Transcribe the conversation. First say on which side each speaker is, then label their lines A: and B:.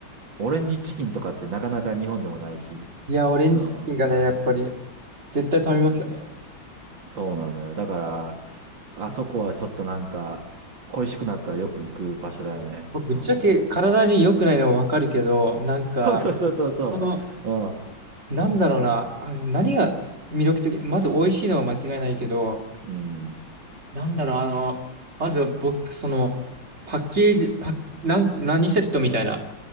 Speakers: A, on the right; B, on the right.
A: オレンジチキンとかってなかなか日本でもないし。
B: いや、オレンジチキンがね、
A: うん。
B: やっぱり、絶対食べましたね。
A: うん。そうなのよ。だから、あそこはちょっとなんか、恋しくなったらよく行く場所だよね。
B: ぶっちゃけ体に良くないのはわかるけど、
A: うん。
B: なんか、
A: <laughs> そうそうそうそうそ
B: この、
A: う。
B: なんだろうな、あの何が魅力的、まず美味しいのは間違いないけど、
A: うん。うん。
B: なんだろう、あの、まず僕、その、パッケージ、パッ、なん何セットみたいな、